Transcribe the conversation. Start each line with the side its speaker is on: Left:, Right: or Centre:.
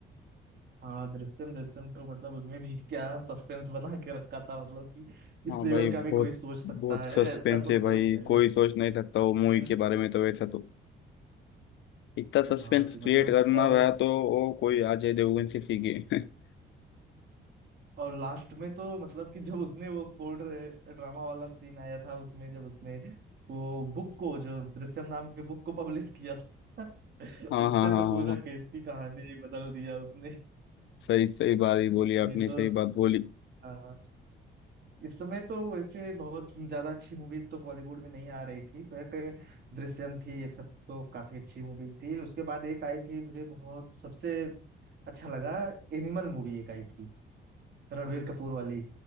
Right: हाँ दृश्यम दृश्यम तो मतलब उसमें भी क्या सस्पेंस बना के रखा था मतलब कि
Left: हाँ
Right: इस लेवल
Left: भाई बहुत
Right: का भी कोई सोच सकता
Left: बहुत
Right: है
Left: सस्पेंस
Right: ऐसा तो
Left: है भाई
Right: पहले
Left: कोई सोच नहीं सकता वो मूवी
Right: अ,
Left: के बारे में तो वैसा तो इतना सस्पेंस
Right: हाँ कि मतलब
Left: क्रिएट करना
Right: और उस
Left: रहा तो वो कोई अजय देवगन से सीखे <laughs>
Right: और लास्ट में तो मतलब कि जब उसने वो कोर्ट ड्रामा वाला सीन आया था उसमें जब उसने वो बुक को जो दृश्यम नाम के बुक को पब्लिश किया था <laughs> उससे
Left: हाँ हाँ हाँ हाँ
Right: तो पूरा
Left: हाँ
Right: केस की कहानी बदल दिया उसने
Left: सही सही
Right: <laughs>
Left: बात ही बोली
Right: अभी
Left: आपने
Right: तो
Left: सही बात बोली
Right: हाँ, इस समय तो वैसे बहुत ज्यादा अच्छी मूवीज तो बॉलीवुड में नहीं आ रही थी बट दृश्यम थी ये सब तो काफी अच्छी मूवीज थी उसके बाद एक आई थी मुझे बहुत सबसे अच्छा लगा एनिमल मूवी एक आई थी रणवीर कपूर वाली